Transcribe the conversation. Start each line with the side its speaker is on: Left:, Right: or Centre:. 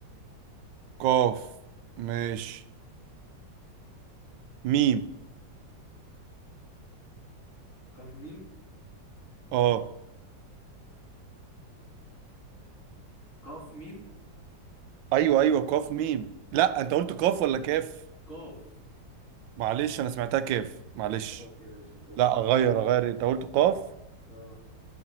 Right: قاف ماشي ميم
Left: قاف ميم
Right: اه
Left: قاف ميم
Right: ايوه ايوه قاف ميم لا انت قلت قاف ولا كاف
Left: قاف
Right: معلش انا سمعتها كاف معلش
Left: اوكي ماشي قاف
Right: لا اغير اغير انت قلت قاف
Left: اه